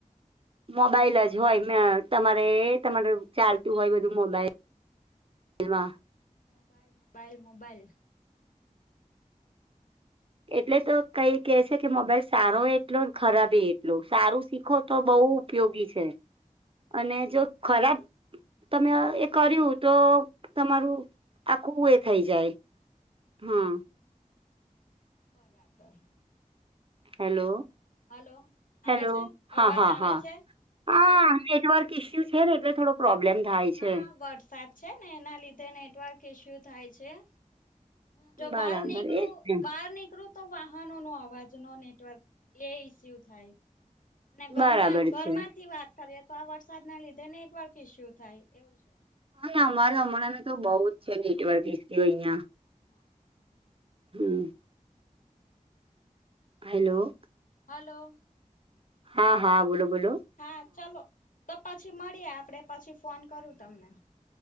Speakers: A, on the right; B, on the left.
A: મોબાઈલ જ હોય, તમારે એ તમારે ચાલતું હોય બધું મોબાઈલ એમાં
B: મોબાઈલ, મોબાઈલ, મોબાઈલ
A: એટલે તો કઈ કે છે કે, મોબાઈલ સારો એટલો ન ખરાબ એટલો, સારું શીખો તો બઉ પયોગી છે, અને જો ખરાબ તમે એ કર્યું તો તમારું આખું એ થઈ જાય હા.
B: બરાબર.
A: હેલો.
B: હાલો આવે
A: હેલો
B: છે,
A: હા
B: અવાજ
A: હા
B: આવે
A: હા
B: છે?
A: હા નેટવર્ક ઈસ્યુ છે, ને એટલે થોડો પ્રોબ્લેમ થાય છે.
B: હા વરસાદ છે, ને એના લીધે નેટવર્ક ઇસ્યુ થાય છે. હમ જો
A: બરાબર
B: બહાર નીકરુ
A: એ જ ને
B: બહાર નીકરુ તો વાહનોનો અવાજ નો નેટવર્ક એ ઈસ્યુ થાય ને ઘરમાં
A: બરાબર
B: ઘરમાંથી
A: છે
B: વા <unintelligible> તો આ વરસાદના લીધે નેટવર્ક ઈસ્યુ થાય એવું છે.
A: હા ને અમારે હમણાં ન તો બોવ જ છે, નેટવર્ક ઈસીયુ અહિયાં
B: હા.
A: હમ. હેલો.
B: હલો.
A: હા હા બોલો બોલો
B: હા ચાલો તો પછી મળીએ આપડે પછી ફોન કરું તમને